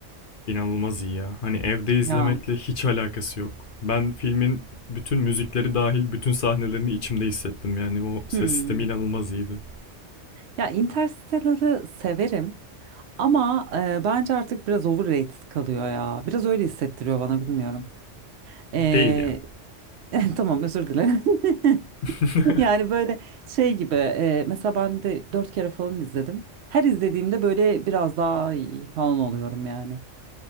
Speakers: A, on the left; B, on the right.
A: İnanılmaz iyi ya. Hani evde izlemekle
B: Ya.
A: hiç alakası yok. Ben filmin bütün müzikleri dahil bütün sahnelerini içimde hissettim yani o ses
B: hmm.
A: sistemi inanılmaz iyiydi.
B: Ya Interstellar'ı severim ama e, bence artık biraz overrated kalıyor ya. Biraz öyle hissettiriyor bana bilmiyorum. Ee,
A: Değil ya.
B: <laughs> tamam özür dilerim. <laughs>
A: <laughs>
B: Yani böyle şey gibi e, mesela ben de dört kere falan izledim. Her izlediğimde böyle biraz daha iyi falan oluyorum yani.